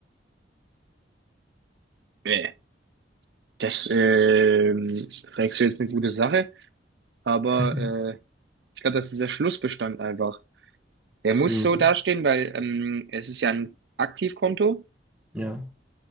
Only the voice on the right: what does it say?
Nee. Das ähm, fragst du jetzt eine gute Sache. Aber
äh, ich glaube, das ist der Schlussbestand einfach. Der muss
so dastehen, weil ähm, es ist ja ein Aktivkonto.